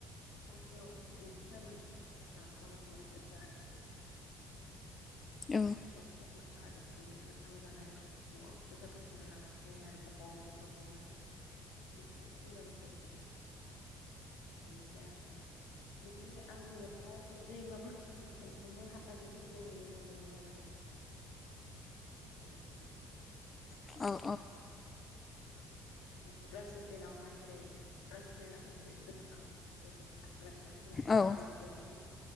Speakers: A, on the left; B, on the left.
A: औ बेनिफ्राय माने <unintelligible>
B: औ
A: बिदिनो नांगौ जानाय मुवा बेसादफोरखौहाय लांनाय जायो आरो बन बेफोरखौहाय <unintelligible> बिदिनोसै आरो बिदि आं बेवहाय दैमाफोरखौ नुनो मोनदोंमोन हाजोफोरखौ नुनो मोन्दोंमोन आरो <unintelligible>
B: औ
A: दिनावहाय जेरै रायज्लायना <unintelligible> मोजांहा
B: औ
A: बेफोरबायदि